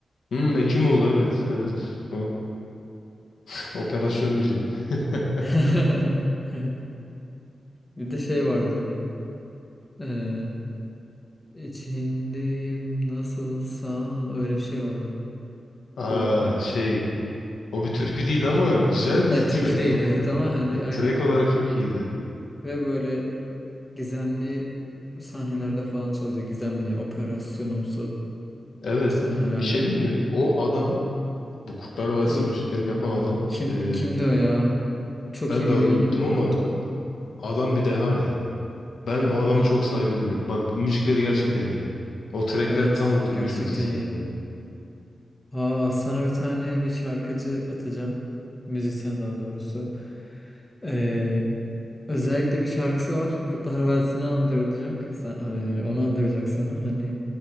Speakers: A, on the left; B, on the left.
A: Hmm, Ekimoğlu evet. Evet. O <laughs> operasyon müziği. <laughs>
B: <laughs> Bir de şey vardı. Ee, içindeyim nasılsa öyle bir şey vardı.
A: Aa
B: Bu
A: şey o bir türkü değil ama güzel bir
B: ya türkü
A: trackti
B: değil
A: o
B: evet
A: ya.
B: ama hani aynen.
A: Track olarak çok iyiydi.
B: Ve böyle gizemli sahnelerde falan çalıyordu. Gizemli operasyonumsu
A: Evet.
B: sahnelerde.
A: Bir şey değil mi? O adam, bu Kurtlar Vadisi
B: Bu
A: müziklerini yapan adam,
B: kim
A: e,
B: kimdi o ya? Çok
A: ben
B: iyi
A: de
B: biliyordum
A: adını unuttum
B: da unuttum.
A: ama adam bir deha ya. Ben o adama çok saygı duyuyorum. Bak bu müzikleri gerçekten iyi. O trackler
B: Evet
A: tam oturmuş
B: gerçekten
A: o diziye
B: iyi.
A: yani.
B: Aa, sana bir tane bir şarkıcı atacağım. Müzisyen daha doğrusu. Ee, özellikle bir şarkısı var. Kurtlar Vadisi'ni andıracak. Sen, ee, onu andıracak sana. Hani